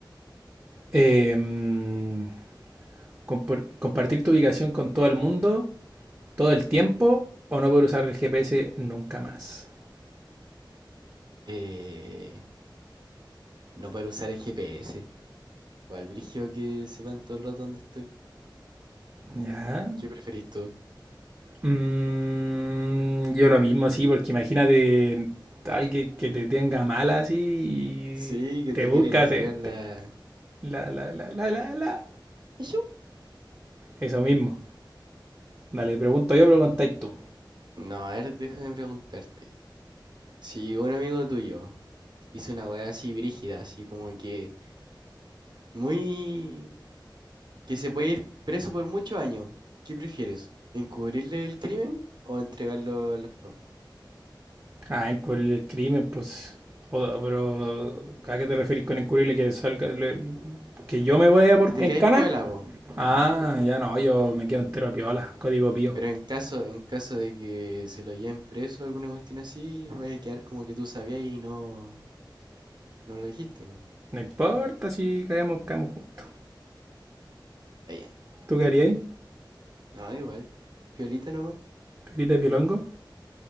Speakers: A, on the right; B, on the right.
A: Eh, mm, compor- compartir tu ubicación con todo el mundo todo el tiempo o no poder usar el GPS nunca más.
B: Eh, no poder usar el GPS. O al brigio que sepan todo el rato dónde estoy.
A: Ya.
B: ¿Qué preferís tú?
A: Mm, yo lo mismo, sí, porque imagínate alguien que te tenga mala así y
B: Sí, que
A: te
B: te
A: busca,
B: quiere ir a
A: te,
B: sacar la...
A: te- la, la, la, la, la, la.
B: Ayú.
A: Eso mismo. Dale, pregunto yo, preguntáis tú.
B: No, a ver, déjame preguntarte. Si un amigo tuyo hizo una weá así brígida, así como que muy... que se puede ir preso por muchos años, ¿qué prefieres? ¿Encubrirle el crimen o entregarlo a los pacos?
A: Ah, encubrir el crimen, pues. O- pero, ¿a qué te referís con encubrirle que salga, le- que yo me vaya por,
B: Te te
A: en
B: quedáis
A: cana?
B: piola, po.
A: Ah, ya no, yo me quedo entero a piola, código pío.
B: Pero en caso, en caso de que se lo lleven preso alguna cuestión así, vaya a quedar como que tú sabías y no, no lo dijiste, po.
A: No importa si caemos, caemos juntos.
B: Está bien.
A: ¿Tú qué harías?
B: No, igual. Piolita nomás.
A: ¿Perita de pilongo?